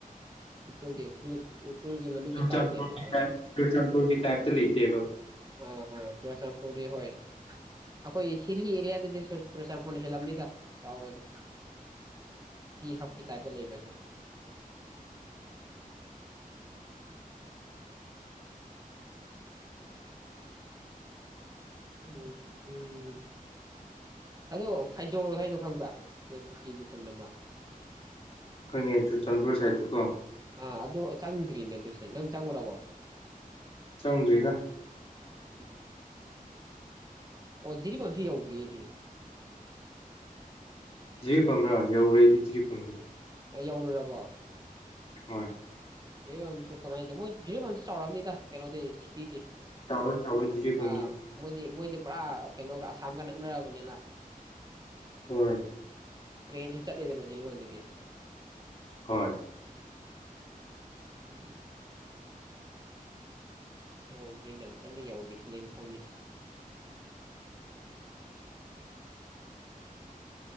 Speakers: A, on the right (about 25°); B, on the left (about 40°).
A: ꯀꯔꯤꯗꯤ ꯀꯔꯤ ꯎꯈ꯭ꯔꯨꯜꯒꯤ ꯃꯅꯨꯡꯒꯤ
B: ꯆꯨꯔꯆꯥꯟꯄꯨꯔꯒꯤ
A: ꯇꯥꯎꯟꯗꯤ ꯌꯥꯝ ꯆꯥꯎꯋꯦꯗꯅ
B: ꯇꯥꯏꯞ ꯆꯨꯔꯆꯥꯟꯄꯨꯔꯒꯤ ꯇꯥꯏꯞꯇ ꯂꯩꯇꯦꯕ
A: ꯑ ꯍ ꯆꯨꯔꯆꯥꯟꯄꯨꯔꯗꯤ ꯍꯣꯏ ꯑꯩꯈꯣꯏ ꯍꯤꯂꯤ ꯑꯦꯔꯤꯌꯥꯗꯗꯤ ꯆꯨꯔ ꯆꯄꯣꯟꯅ ꯍꯦꯜꯂꯝꯅꯤꯗ ꯁꯦ ꯁ ꯇꯦ ꯂꯩꯕꯦ ꯎꯝ ꯎꯝ ꯑꯗꯣ ꯐꯩꯖꯣꯜ ꯍꯥꯏꯗꯣ ꯈꯪꯕ꯭ꯔꯥ ꯃꯣꯏꯈꯣꯛꯀꯤ ꯎꯈꯨꯟ ꯑꯃ
B: ꯑꯩꯪꯉꯦ ꯆꯨꯔꯆꯥꯟꯄꯨꯔ ꯁꯥꯏꯠꯇ ꯀꯣ
A: ꯑꯥ ꯑꯗꯨꯗ ꯆꯪꯗ꯭ꯔꯤꯅꯦ ꯑꯗꯨ ꯁꯤꯅꯦ ꯅꯪ ꯆꯪꯉꯨꯔꯕꯣ
B: ꯆꯪꯗ꯭ꯔꯤꯗ
A: ꯎꯝ ꯑꯣꯖꯤꯗꯤ ꯄꯨꯁꯤ ꯌꯥꯎꯇꯔꯤꯗꯤ
B: ꯖꯤ ꯝꯔꯥꯅꯤ ꯌꯧꯔꯦꯗꯤ ꯖꯤꯔꯤ ꯐꯝꯗꯤ
A: ꯌꯧꯔꯔꯕꯣ
B: ꯍꯣꯏ
A: ꯑꯦ ꯌꯥꯝ ꯆ ꯀꯃꯥꯏ ꯃ ꯃꯟꯁꯦ ꯆꯥꯎꯝ ꯅ ꯊꯥ ꯀꯩꯅꯣ ꯁꯤꯊꯤꯤ
B: ꯆꯥꯎꯋꯦ ꯆꯥꯎꯋꯦ ꯖꯤꯔꯤꯕꯝꯗꯤ
A: ꯑ ꯃꯗꯤ ꯃ ꯄꯨꯔꯥ ꯀꯩꯅꯣꯒ ꯑꯁꯥꯝꯒ ꯅꯛꯅꯔꯕꯅꯤꯅ
B: ꯍꯣꯏ
A: ꯇ꯭ꯔꯦꯟꯁꯨ ꯆꯠ ꯂꯩꯗꯅꯖꯔꯤ ꯍꯣꯗꯗꯤ
B: ꯍꯣꯏ
A: ꯎꯝ ꯌꯥꯗꯔꯤꯅꯦ ꯇꯃꯤ ꯌꯥꯎꯒꯤꯁ ꯅ ꯊꯕꯤꯁꯤ